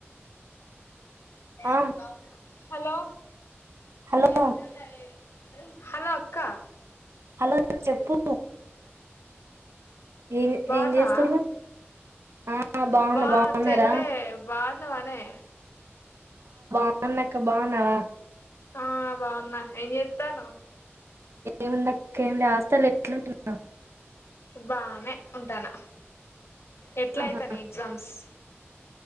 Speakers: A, on the left; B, on the right.
A: అంటే
B: ఆ
A: అది బాగుంది హలో
B: హలో
A: ఎట్లున్నావే హలో అక్క
B: హలో చెప్పు ఏం
A: బాగున్నావా
B: ఏం చేస్తున్నావ్ ఆ బాగున్నా
A: వా
B: బాగున్నారా
A: చెల్లె బాగున్నావానే
B: బానక్క బాగున్నావా
A: ఆ బాగున్నా ఏం చేత్తాన్నావ్
B: ఏముందక్క ఏం లే హాస్టల్ ఇట్లుంటున్న
A: బానే ఉంటాను ఎట్లా
B: ఆహా,
A: అయితనై ఎగ్జామ్స్